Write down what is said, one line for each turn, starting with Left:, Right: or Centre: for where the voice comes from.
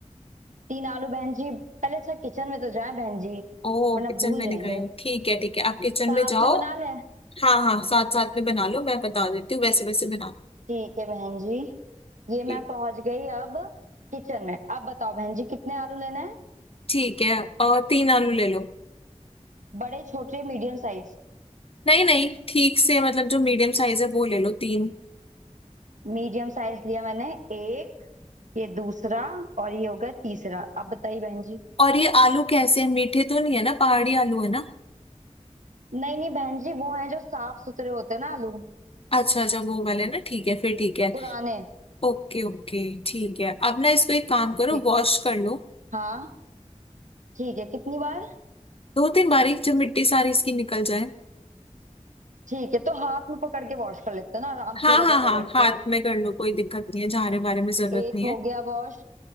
Right: तीन आलू बहन जी पहले अच्छा किचन में तो जाए बहन जी
Left: ओ
Right: वरना
Left: किचन
Right: भूल
Left: में नहीं
Right: जाएंगे
Left: गए हो ठीक है ठीक है आप किचन
Right: साथ
Left: में जाओ
Right: में बना लें
Left: हाँ हाँ साथ साथ में बना लो मैं बता देती हूँ वैसे वैसे बना
Right: ठीक है बहन जी ये
Left: ठीक
Right: मैं पहुंच गई अब किचन में अब बताओ बहन जी कितने आलू लेना है
Left: ठीक है और तीन आलू ले लो
Right: बड़े छोटे मीडियम साइज
Left: नहीं नहीं ठीक से मतलब जो मीडियम साइज है वो ले लो तीन
Right: मीडियम साइज लिया मैंने एक ये दूसरा और ये हो गया तीसरा अब बताइए बहन जी
Left: और ये आलू कैसे हैं मीठे तो नहीं है ना पहाड़ी आलू है ना
Right: नहीं नहीं बहन जी वो हैं जो साफ सुथरे होते हैं ना आलू
Left: अच्छा अच्छा वो वाले ना ठीक है फिर ठीक है
Right: पुराने
Left: Okay okay ठीक है अब ना इसको एक काम करो
Right: ठीक
Left: वॉश कर लो
Right: हाँ ठीक है कितनी बार
Left: दो तीन बार एक जब मिट्टी सारी इसकी निकल जाए
Right: ठीक है तो हाथ में पकड़ के वॉश कर लेते हैं ना आराम
Left: हाँ
Right: से रगड़
Left: हाँ हाँ
Right: रगड़ के
Left: हाथ में कर लो कोई दिक्कत नहीं है झाड़े वारे में जरूरत
Right: एक
Left: नहीं
Right: हो
Left: है
Right: गया वॉश